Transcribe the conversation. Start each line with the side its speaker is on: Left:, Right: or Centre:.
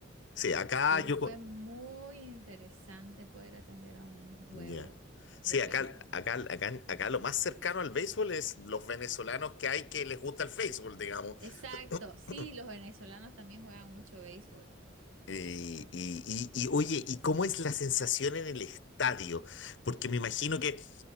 Left: sí, acá
Right: pero
Left: yo...
Right: fue
Left: co-
Right: muy interesante poder atender a un juego
Left: Ya. Sí,
Right: de béisbol.
Left: acá, acá, acá, acá lo más cercano al béisbol es los venezolanos que hay que les gusta el béisbol, digamos.
Right: Exacto,
Left: <clears throat>
Right: sí, los venezolanos también juegan mucho béisbol.
Left: Y, y, y, y, oye, ¿y cómo es la sensación en el estadio? Porque me imagino que,